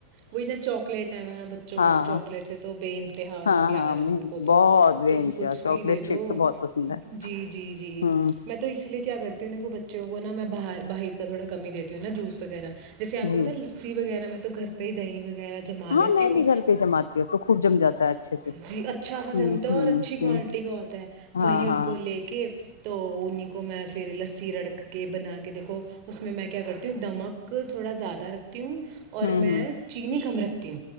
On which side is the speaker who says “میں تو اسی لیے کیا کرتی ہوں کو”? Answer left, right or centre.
Right